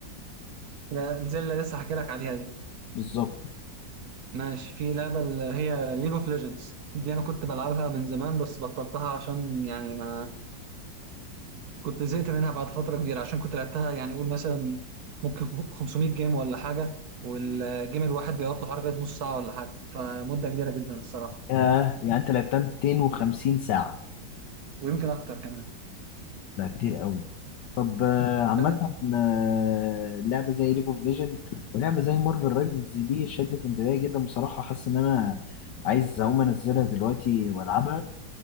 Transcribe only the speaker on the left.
بالظبط
آه يعني انت لعبتها 250 ساعة
ده كتير قوي طب آه، عامة
آه، لعبة زي ليج اوف ليجند ولعبة زي مارفل رايفلز دي شدت انتباهي جدا بصراحة حاسس ان انا عايز اقوم انزلها دلوقتي والعبها